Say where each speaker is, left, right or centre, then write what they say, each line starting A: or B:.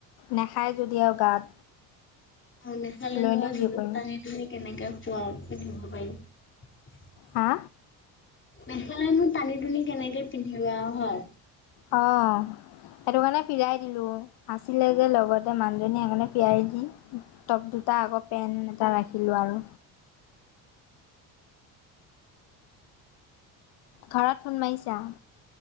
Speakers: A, on the left; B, on the left.
A: নাখায় যদি আৰু গাত।
B: নেখালেনো
A: লৈনো
B: আৰু
A: কি
B: জোৰত
A: কৰিম
B: টানি তুমি কেনেকে খোৱাও, পিন্ধিব পাৰি।
A: হা?
B: নেখালেনো টানি টোনি কেনেকে পিন্ধিবা আৰু হয়।
A: অ'। সেইটো কাৰণে ফিৰাই দিলোঁ, আছিলে যে লগতে মানুহজনী সেইকাৰণে ফিৰাই দি টপ দুটা আকৌ পেন্ট এটা ৰাখিলোঁ আৰু। ঘৰত ফোন মাৰিছা?